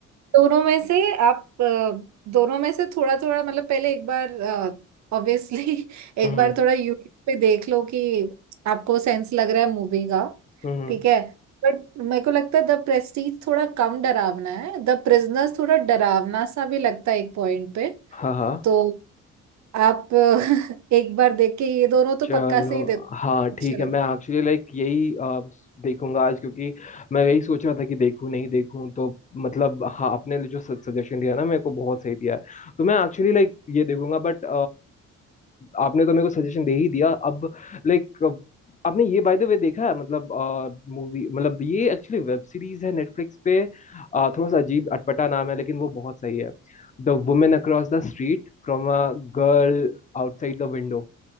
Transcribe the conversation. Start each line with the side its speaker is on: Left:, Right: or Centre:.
Right: दोनों में से आप अ, दोनों में से थोड़ा थोड़ा मतलब पहले एक बार ऑब्वियसली <laughs> एक
Left: हम्म
Right: बार
Left: हम्म
Right: थोड़ा यूट्यूब पे देख लो कि आपको सेंस लग रहा है मूवी का
Left: हम्म,
Right: ठीक है बट मेरे को लगता है द प्रेस्टीज थोड़ा कम डरावना है द प्रिजनर्स थोड़ा डरावना सा भी लगता है एक पॉइंट पे
Left: हाँ हाँ
Right: तो आप <laughs> एक बार देख के ये दोनों तो
Left: चलो
Right: पक्का से ही देखो
Left: हाँ
Right: अच्छे
Left: ठीक
Right: लगे
Left: है मैं एक्चुअली लाइक यही अ, देखूंगा आज क्योंकि मैं यही सोच रहा था कि देखूं नहीं देखूं तो मतलब हाँ आपने जो सजेशन दिया ना मेरे को बहुत सही दिया है तो मैं एक्चुअली लाइक ये देखूंगा बट आपने तो मेरे को सजेशन दे ही दिया अब लाइक आपने ये बाय द वे देखा है मतलब मूवी मतलब ये एक्चुअली वेब सीरीज है नेटफ्लिक्स पे अ, थोड़ा सा अजीब अटपटा नाम है लेकिन वो बहुत सही है The women across the street from a girl outside the window